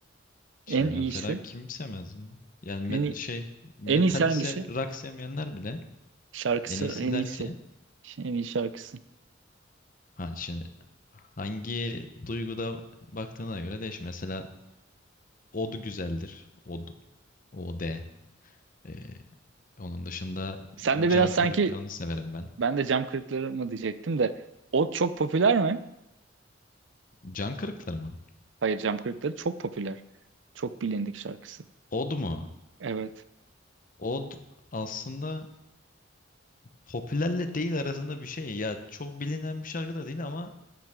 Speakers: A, on the left; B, on the right.
A: Şemden
B: En iyisi.
A: Ferah kim sevmez ya? Yani
B: En
A: met-
B: iyi,
A: şey metal
B: en iyisi hangisi?
A: ise rock sevmeyenler bile
B: Şarkısı
A: En iyisi
B: en
A: der
B: iyisi.
A: ki
B: En iyi şarkısı.
A: ha şimdi hangi duyguda baktığına göre değişir. Mesela od güzeldir. Od. O D. Ee, onun dışında
B: Sen de
A: can
B: biraz sanki
A: kırıklarını severim ben.
B: ben de cam kırıkları mı diyecektim de o çok popüler mi?
A: Can kırıkları mı?
B: Hayır Cem Kırıkları çok popüler. Çok bilindik şarkısı.
A: Od mu?
B: Evet.
A: Od aslında popülerle değil arasında bir şey. Ya çok bilinen bir şarkı da değil ama